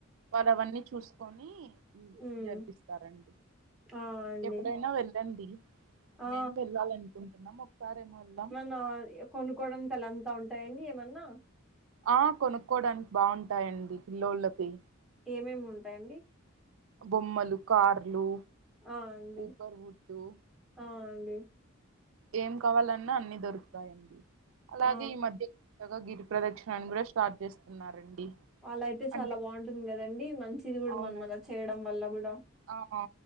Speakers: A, on the right; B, in the centre.
A: వారు అవన్నీ చూసుకొని
B: ఉమ్
A: జరిపిస్తారండి
B: ఆ అండి
A: ఎప్పుడైనా వెళ్ళండి
B: ఆ
A: మేమ్ వెళ్ళాలి అనుకుంటున్నాం ఒకసారిమో వెళ్ళాం
B: నాద్ ఏప్ కొనుక్కోవడాని అల్లా అంతా ఉంటాయండి ఏమన్నా
A: ఆ కొనుక్కోవడానికి బాగుంటాయండి పిల్లోళ్ళకి
B: ఏమేమి ఉంటాయండి
A: బొమ్మలు కార్లు.
B: ఆ అండి
A: ఊపర్ వుడ్డు
B: ఆ అండి.
A: ఏం కావాలన్నా అన్ని దొరుకుతాయండి అలాగే
B: ఆ
A: ఈ మధ్య. చక్కగా గిరి ప్రదక్షిణా కూడా స్టార్ట్ చేస్తున్నారండి.
B: అలా అయితే చాలా
A: అంటే
B: బాగుంటుంది కదాండి మంచిది కూడా
A: అవునండి
B: మనం అలా చేయడం వల్ల కూడా.
A: ఆ